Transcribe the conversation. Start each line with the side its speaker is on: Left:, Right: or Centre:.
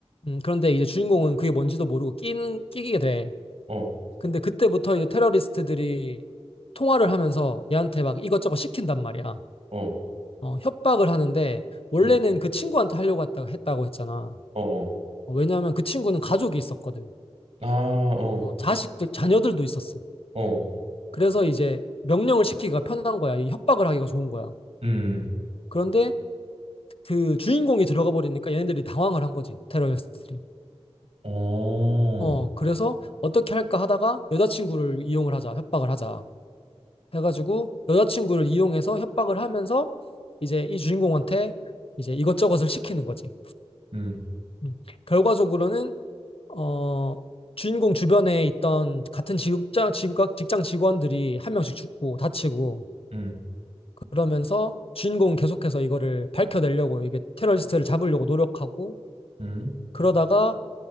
Left: 음, 그런데 이제 주인공은 그게 뭔지도 모르고 낀, 끼게 돼.
Right: 어,
Left: 근데 그때부터 이제 테러리스트들이 통화를 하면서 얘한테 막 이것저것 시킨단 말이야.
Right: 어,
Left: 어, 협박을 하는데 원래는
Right: 음,
Left: 그 친구한테 하려고 했다, 했다고 했잖아.
Right: 어, 어,
Left: 어, 왜냐하면 그 친구는 가족이 있었거든.
Right: 아, 어,
Left: 어, 자식들, 자녀들도 있었어.
Right: 어,
Left: 그래서 이제 명령을 시키기가 편한 거야. 이 협박을 하기가 좋은 거야.
Right: 음,
Left: 그런데 그 주인공이 들어가 버리니까 얘네들이 당황을 한 거지. 테러리스트들이.
Right: 어, 어,
Left: 어, 그래서 어떻게 할까 하다가 여자친구를 이용을 하자, 협박을 하자. 해가지고 여자친구를 이용해서 협박을 하면서 이제 이 주인공한테 이제 이것저것을 시키는 거지.
Right: 음,
Left: 음. 결과적으로는 어 주인공 주변에 있던 같은 직장 직각- 직장 직원들이 한 명씩 죽고 다치고
Right: 음,
Left: 그러면서 주인공은 계속해서 이거를 밝혀내려고 이게 테러리스트를 잡으려고 노력하고
Right: 음,
Left: 그러다가